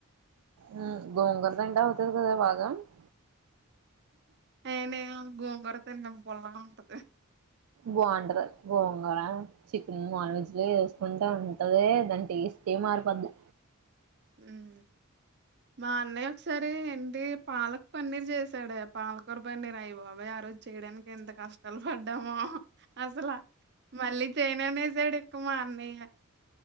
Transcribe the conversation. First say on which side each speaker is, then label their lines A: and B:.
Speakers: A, on the right; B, on the right.
A: మ్ గోంగూర తింటావ <unintelligible>
B: నేనేం గోంగూర తిన్ను పుల్లగుంటది.
A: బాగుంటద్ గోంగూర చికెన్ నాన్ వెజ్లో ఎస్కుంటే ఉంటదే దాన్ టేస్ టే మార్పోద
B: ఉమ్ మా అన్నయ్య ఒక్సారి ఏంటి పాలక్ పన్నీర్ చేసాడే పాలకూర పన్నీర్ అయ్ బాబోయ్ ఆ రోజ్ చెయ్యడానిక్ ఎంత కష్టాల్ పడ్డామో అసల మళ్ళీ చేయననేసాడ్ ఇక మా అన్నయ్య